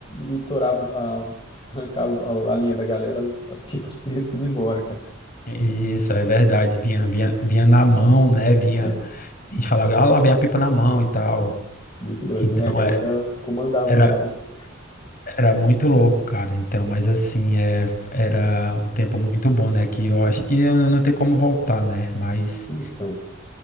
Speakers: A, on the left; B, on the left.
A: e torava, a, arrancava a, a linha da galera, as, as pipas <laughs> tudo, ia tudo embora, cara.
B: isso, é verdade. Vinha, vinha, vinha na mão, né? Vinha,
A: É,
B: a gente falava, ah, lá vem a pipa na mão e tal.
A: muito doido,
B: Então,
A: né? A galera
B: é.
A: comandava
B: era
A: os ares.
B: Era muito louco, cara. Então, mas assim, é, era um tempo muito bom, né? Que eu acho que eu não não tem como voltar, né? Mas,
A: Então,